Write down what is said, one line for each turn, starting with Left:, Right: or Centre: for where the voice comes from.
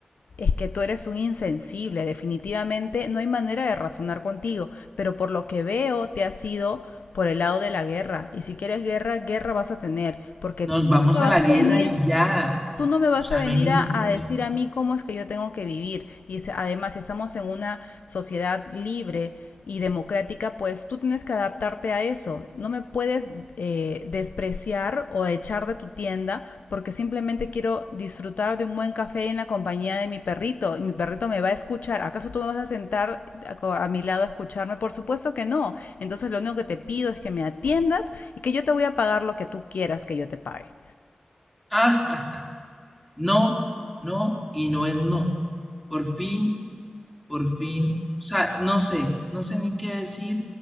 Left: Es que tú eres un insensible, definitivamente no hay manera de razonar contigo, pero por lo que veo te has ido por el lado de la guerra. Y si quieres guerra, guerra vas a tener, porque
Centre: Nos
Left: tú
Centre: vamos
Left: no
Centre: a
Left: vas
Centre: la
Left: a
Centre: guerra
Left: venir
Centre: y ya.
Left: Tú no me vas
Centre: O sea,
Left: a venir
Centre: no hay ningún
Left: a,
Centre: problema.
Left: a decir
Centre: <laughs>
Left: a mí cómo es que yo tengo que vivir. Y se- además, si estamos en una sociedad libre y democrática, pues tú tienes que adaptarte a eso. No me puedes eh, despreciar o echar de tu tienda porque simplemente quiero disfrutar de un buen café en la compañía de mi perrito. Y mi perrito me va a escuchar. ¿Acaso tú me vas a sentar a, co- a mi lado a escucharme? Por supuesto que no. Entonces, lo único que te pido es que me atiendas y que yo te voy a pagar lo que tú quieras que yo te pague.
Centre: Ah, ja, ja. No, no y no es no. Por fin, por fin. O sea, no sé, no sé ni qué decir.